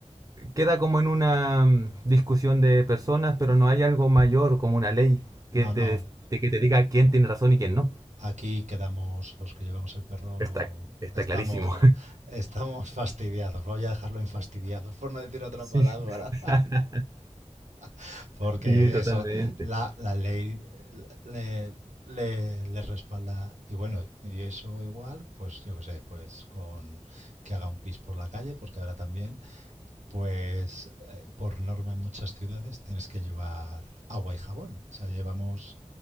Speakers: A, on the right; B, on the right.
A: queda como en una mm, discusión de personas, pero no hay algo mayor como una ley
B: no,
A: que te,
B: no,
A: des- que te diga quién tiene razón y quién no.
B: Aquí quedamos los que llevamos el perro.
A: Está, está
B: Estamos,
A: clarísimo.
B: estamos fastidiados, voy a dejarlo en fastidiados, por no decir otra
A: Sí,
B: palabra,
A: <laughs>
B: <laughs> porque
A: sí, totalmente.
B: eso, la, la ley le, le, le respalda. Y bueno, y eso igual, pues yo qué sé, pues con que haga un pis por la calle, porque ahora también pues eh, por norma en muchas ciudades tienes que llevar agua y jabón. O sea, llevamos...